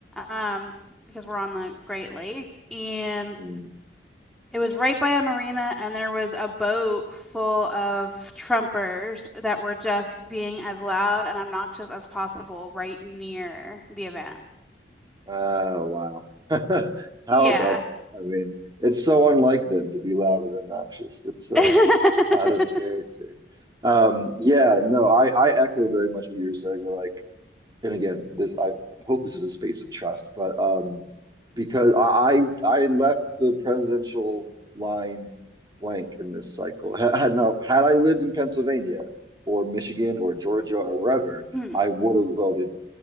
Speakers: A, in the centre; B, on the right (about 25°).
A: um, because we're on the Great Lake, and
B: Mm.
A: it was right by a marina, and there was a boat full of Trumpers that were just being as loud and obnoxious as possible right near the event.
B: Oh, wow. <laughs> How
A: Yeah.
B: about that? I mean, it's so unlike them to be loud and obnoxious. That's so
A: <laughs>
B: out of character. Um, yeah, no, I, I echo very much what you were saying. We're like, and again, this I hope this is a space of trust, but um, because I I, I left the presidential line blank in this cycle. Had, had no, had I lived in Pennsylvania or Michigan or Georgia or wherever,
A: Hmm.
B: I would have voted